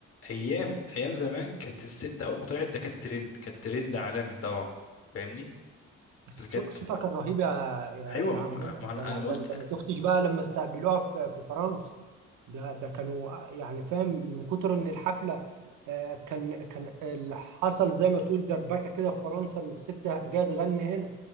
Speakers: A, on the left; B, on the right.
A: أيام أيام زمان كانت الست أول ما طلعت ده كانت ترند كانت ترند عالمي طبعا فاهمني
B: بس
A: فكانت
B: صو- صوتها كان رهيب يا يا
A: أيوة
B: يا
A: ما
B: عمنا
A: أنا ما أنا-
B: ده انا
A: أنا ما
B: ده
A: قلت
B: انت ما شفتش بقى لما استقبلوها في في فرنسا ده ده كانوا آه، يعني فاهم من كتر ان الحفله آه، كان كان ال- حصل زي ما تقول دربكه كده في فرنسا ان الست جايه تغني هنا